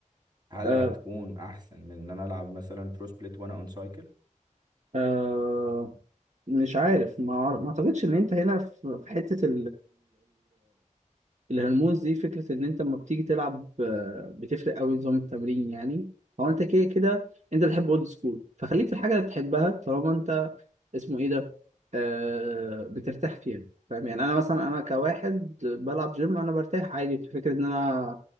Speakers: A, on the right; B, on the right.
A: هل
B: آه،
A: هتكون احسن من ان انا العب مثلا برو سبليت وانا اون سايكل
B: آه مش عارف ما أعر- ما اعتقدش ان انت هنا في في حتة الهرمونز دي فكرة إن أنت لما بتيجي تلعب آه، بتفرق أوي نظام التمرين يعني هو أنت كده كده أنت بتحب أولد سكول فخليك في الحاجة اللي بتحبها طالما أنت اسمه إيه ده آه بترتاح فيها فاهم يعني أنا مثلا أنا كواحد بلعب جيم أنا برتاح عادي في فكرة إن أنا